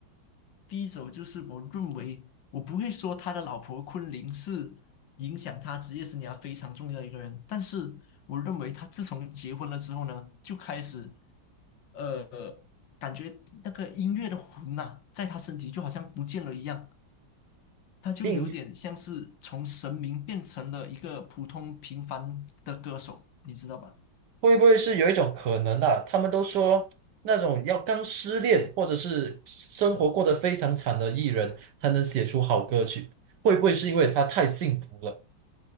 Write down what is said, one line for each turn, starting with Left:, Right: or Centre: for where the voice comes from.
Left: 第一种就是我认为，我不会说他的老婆昆凌是影响他职业生涯非常重要的一个人，但是我认为他自从结婚了之后呢，就开始。呃，感觉那个音乐的魂呐、在他身体就好像不见了一样，他就有点像是从神明变成了一个普通平凡的歌手，
Right: 应
Left: 你知道吧？
Right: 会不会是有一种可能啊？他们都说那种要刚失恋或者是生活过得非常惨的艺人，才能写出好歌曲。会不会是因为他太幸福了？